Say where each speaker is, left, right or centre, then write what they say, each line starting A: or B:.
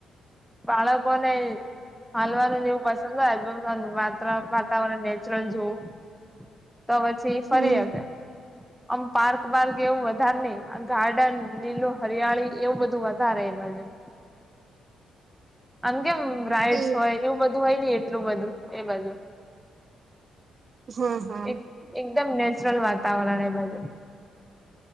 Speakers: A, in the centre; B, on the right (about 45°).
A: બાળકોને હાલવાનુંને એવું પસંદ હોય વાતા વાતાવરણ નેચરલ જોવું તો પછી ફરી
B: હમ
A: હકે આમ પાર્ક બારક એવું વધારે નહિ ગાર્ડન લીલો હરિયાળી એવું બધું વધારે એ બાજુ આમ કેમ બ્રાઈડસ
B: તે
A: હોય એવું બધું હોય ને એટલું બધું એ બાજુ
B: હમ્મ હા.
A: એક એકદમ નેચરલ વાતાવરણ એ બાજુ